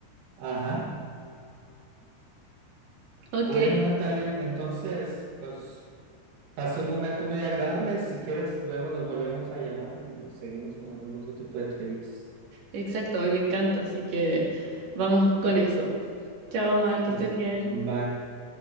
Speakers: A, on the right; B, on the right.
A: Ajá.
B: Ok,
A: Bueno, Natalia, entonces, pues pasé un momento muy agradable. Si quieres, luego nos volvemos a llamar y seguimos con algún otro tipo de trivias.
B: exacto, a mí me encanta, así que vamos con eso. Chao, Mar, que
A: Hasta-
B: estés bien.
A: Bye.